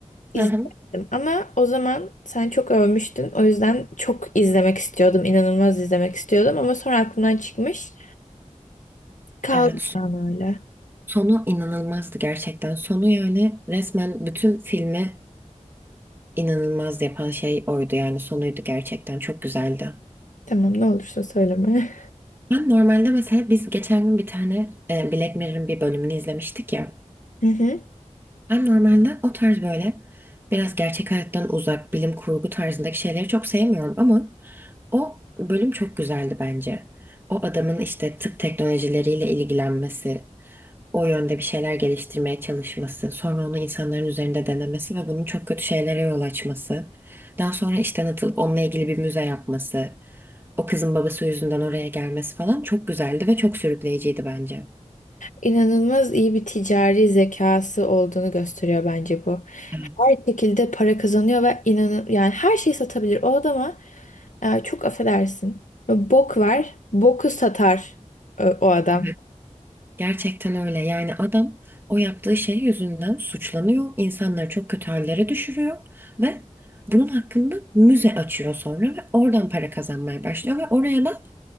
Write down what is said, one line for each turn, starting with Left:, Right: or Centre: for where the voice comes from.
Left: İzledim
Right: hı hı.
Left: ama o zaman sen çok övmüştün. O yüzden çok izlemek istiyordum. inanılmaz izlemek istiyordum ama sonra aklımdan çıkmış. Kaldı
Right: Evet.
Left: yani öyle.
Right: Sonu inanılmazdı gerçekten. Sonu yani resmen bütün filmi inanılmaz yapan şey oydu yani sonuydu gerçekten çok güzeldi.
Left: Tamam ne olursa söyleme.
Right: Ben normalde mesela biz geçen gün bir tane e, Black Mirror'ın bir bölümünü izlemiştik ya.
Left: <laughs> Hı hı.
Right: Ben normalde o tarz böyle biraz gerçek hayattan uzak bilim kurgu tarzındaki şeyleri çok sevmiyorum ama o bölüm çok güzeldi bence. O adamın işte tıp teknolojileriyle ilgilenmesi, o yönde bir şeyler geliştirmeye çalışması, sonra onu insanların üzerinde denemesi ve bunun çok kötü şeylere yol açması, daha sonra işten atılıp onunla ilgili bir müze yapması, o kızın babası yüzünden oraya gelmesi falan çok güzeldi ve çok sürükleyiciydi bence.
Left: İnanılmaz iyi bir ticari zekası olduğunu gösteriyor bence bu.
Right: Evet,
Left: Her şekilde para kazanıyor ve inanın yani her şeyi satabilir o adama. e, çok affedersin. Bok var, boku satar e, o adam.
Right: evet. Gerçekten öyle. Yani adam o yaptığı şey yüzünden suçlanıyor, insanları çok kötü hallere düşürüyor ve bunun hakkında müze açıyor sonra ve oradan para kazanmaya başlıyor ve oraya da